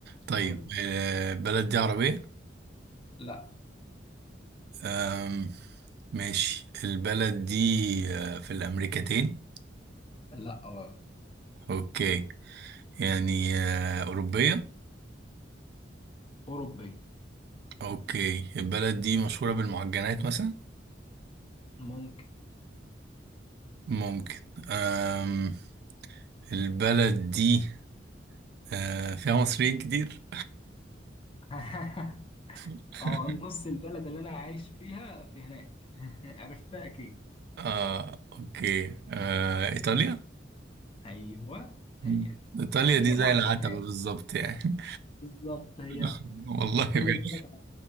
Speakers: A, on the right; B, on the left.
A: طيب
B: حلو
A: آه، البلد دي عربية
B: لا
A: آم، ماشي البلد دي آه، في الأمريكتين
B: لا برضه
A: اوكي يعني آه، أوروبية
B: اوروبي
A: اوكي البلد دي مشهورة بالمعجنات مثلا
B: ممكن
A: ممكن آم، البلد دي آه، فيها مصريين كتير
B: <laughs>
A: <laughs>
B: اه نص البلد اللي انا عايش فيها في هناك <laughs> عرفتها اكيد
A: اه اوكي آه، إيطاليا
B: ايوه
A: مم.
B: هي دي
A: إيطاليا
B: هي
A: دي
B: معجنات
A: زي العتبة بالظبط يعني
B: بالظبط هي
A: <laughs> والله
B: كل
A: بجد
B: البلد